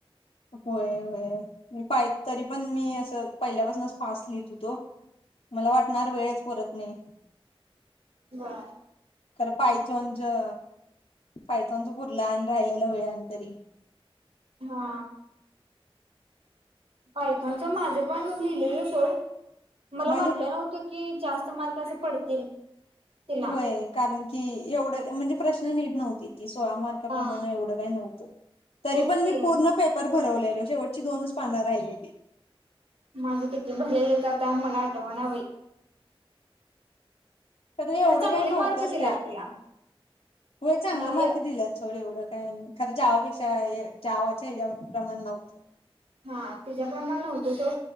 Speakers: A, on the left (about 85°); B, on the right (about 70°).
A: होय, होय मी पाय तरी पण मी असं पहिल्यापासूनच फास्ट लिहित होतो मला वाटणार
B: हा.
A: वेळच पुरत नायी
B: हा
A: खरं पायथॉन च पायथॉनचा पुरला आणि राहिलेला वेळ आणि तरी
B: हा पायथॉनच माझं पण लिहिलेलं सोड, मला
A: माझ्याकडे
B: वाटलं नव्हत की कि जास्त मार्क असं पडतील तिला.
A: व्हय कारण की एवढं म्हणजे प्रश्न नीट नव्हती ती सोळा मार्काप्रमाणे
B: हा.
A: एवढं काय नव्हतं तरी
B: तेच
A: पण
B: की
A: मी पूर्ण पेपर भरवलेलो शेवटची दोनच पानं राहिलेली
B: माझं किती भरलेलेत, आता मला आठवाणा बाई
A: त्यात एवढं
B: खरं चांगले
A: काय नव्हतंच
B: मार्क दिल्यात
A: त्यात
B: तिला
A: व्हय चांगलं
B: हा
A: मार्क दिल्यात सोड एवढं काय खरं जावापेक्षा जावाच्या ह्याच्या प्रमाण नव्हतं
B: हा त्याच्याप्रमाण नव्हतं सोड